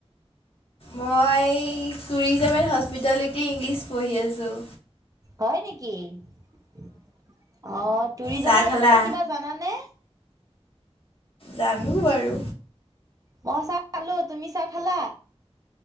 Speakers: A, on the left (about 60°); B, on the right (about 35°).
A: মই টুৰিজম এণ্ড হস্পিটেলিটি ইংলিছ পঢ়ি আছোঁ
B: হয় নেকি অ টুৰিজমৰ
A: চাহ
B: ওপত
A: খালা?
B: তই কিবা জানানে?
A: জানো বাৰু
B: মই চাহ খালোঁ, তুমি চাহ খালা?